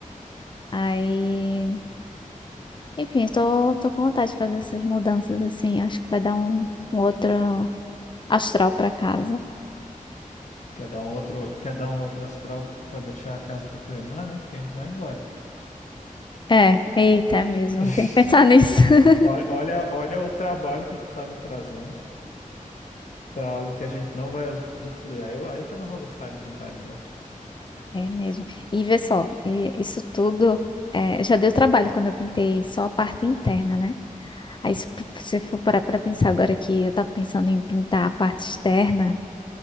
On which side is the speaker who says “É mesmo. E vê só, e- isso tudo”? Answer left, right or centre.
Left